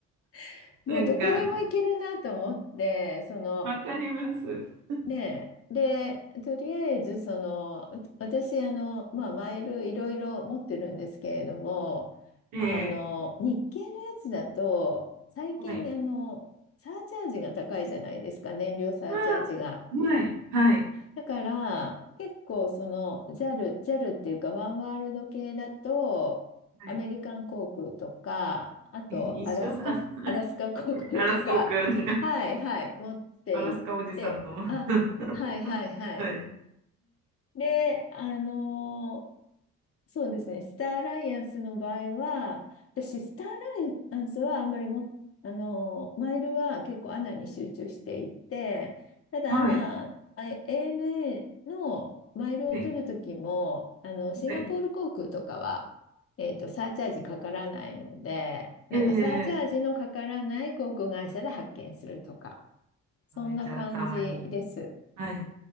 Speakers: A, on the left; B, on the right.
A: <laughs> もうどこでも行けるなと思って、
B: なんか、
A: その、
B: わかります。
A: ねえ。で、とりあえず、その、う私、あの、まあ、マイルいろいろ持ってるんですけれども、
B: ええ
A: あの、日系のやつだと、最近、
B: はい。
A: あの、サーチャージが高いじゃないですか、燃料サーチャージが。
B: あーはい。はい。
A: だから結構そのジャルジャルっていうかワンワールド系だとアメリカン航空とかあとアラスカ、
B: はい。一緒だ。
A: アラスカ航空とかはいはい持って行ってあはいはいはい
B: アラスコ君、アラスカおじさんの。<laughs> はい。
A: であのーそうですね。スターアライアンスの場合は、私、スターアライアンスはあんまりも、あの、マイルは結構アナに集中していて、ただアナ、
B: はい。
A: あ ANA のマイルを取るときも、
B: はい。
A: あの、シンガポール航空とかは、
B: はい。
A: えっと、サーチャージかからないので、なんかサーチャージのかからない航空会社で発券するとか、
B: ええ
A: そんな感じです。
B: めっちゃ頭いい。はい。